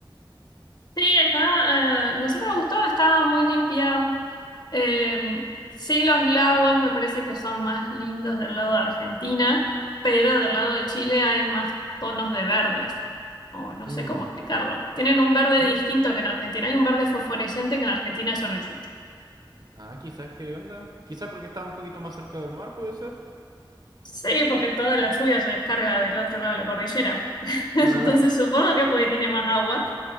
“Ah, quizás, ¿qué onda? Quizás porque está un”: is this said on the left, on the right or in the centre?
Right